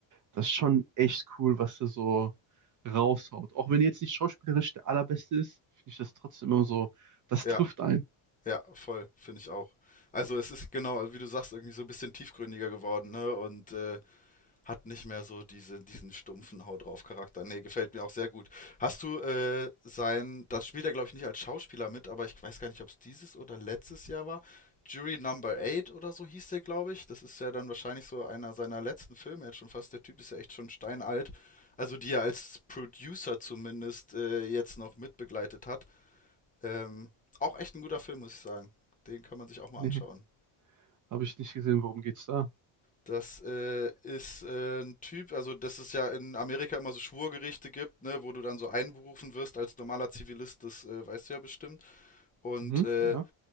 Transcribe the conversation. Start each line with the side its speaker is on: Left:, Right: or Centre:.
Right: das ist schon echt cool, was er so raushaut. Auch wenn er jetzt nicht schauspielerisch der allerbeste ist, finde ich das trotzdem immer so, das
Left: Ja.
Right: trifft einen.
Left: Ja, voll, finde ich auch. Also es ist genau, wie du sagst, irgendwie so ein bisschen tiefgründiger geworden, ne? Und äh, hat nicht mehr so diese, diesen stumpfen Hau drauf Charakter. Nee, gefällt mir auch sehr gut. Hast du äh, sein, das spielt er, glaube ich, nicht als Schauspieler mit, aber ich weiß gar nicht, ob es dieses oder letztes Jahr war. Jury Number 8 oder so hieß der, glaube ich. Das ist ja dann wahrscheinlich so einer seiner letzten Filme jetzt schon fast. Der Typ ist ja echt schon steinalt. Also die er als Producer zumindest äh, jetzt noch mitbegleitet hat. Ähm, auch echt ein guter Film, muss ich sagen. Den kann man sich auch mal
Right: Nee,
Left: anschauen.
Right: habe ich nicht gesehen, worum geht's da?
Left: Das äh, ist äh, ein Typ, also dass es ja in Amerika immer so Schwurgerichte gibt, ne, wo du dann so einberufen wirst als normaler Zivilist, das äh, weißt du ja bestimmt. Und
Right: Mhm,
Left: äh,
Right: ja.